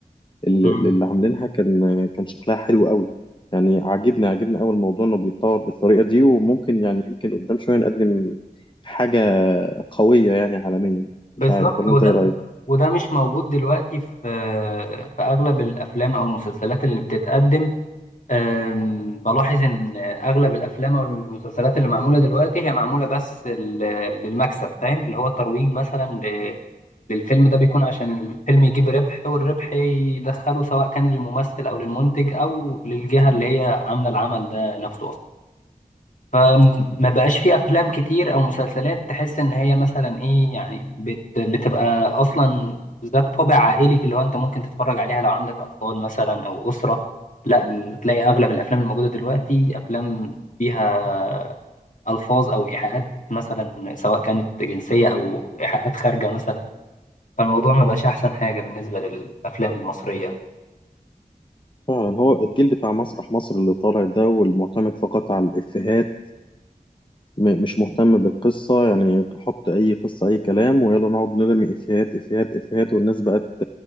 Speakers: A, on the left; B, on the left.
A: اللي,
B: مم.
A: اللي عاملينها كان كان شكلها حلو قوي يعني عاجبني عاجبني أوي الموضوع إنه بيتطور بالطريقة دي وممكن يعني يمكن قدام شوية نقدم حاجة قوية يعني عالميا
B: بالظبط
A: مش عارف ولا أنت
B: وده
A: إيه رأيك؟
B: وده مش موجود دلوقتي في في اغلب الافلام او المسلسلات اللي بتتقدم أم، بلاحظ ان اغلب الافلام او المسلسلات اللي معموله دلوقتي هي معموله بس ال- للمكسب فاهم اللي هو الترويج مثلا ل- للفيلم ده بيكون عشان الفيلم يجيب ربح والربح يدخله سواء كان للممثل او للمنتج او للجهه اللي هي عامله العمل ده نفسه فما بقاش في افلام كتير او مسلسلات تحس ان هي مثلا ايه يعني بت بتبقى اصلا ذات طابع عائلي اللي هو انت ممكن تتفرج عليها لو عندك اطفال مثلا او اسره لا بتلاقي اغلب الافلام الموجوده دلوقتي افلام فيها الفاظ او ايحاءات مثلا سواء كانت جنسيه او ايحاءات خارجه مثلا فالموضوع ما بقاش احسن حاجه بالنسبه للافلام المصريه
A: فعلا هو الجيل بتاع مسرح مصر اللي طالع ده والمعتمد فقط على الإفيهات م- مش مهتم بالقصة يعني حط أي قصة أي كلام ويلا نقعد نرمي إفيهات إفيهات إفيهات والناس بقت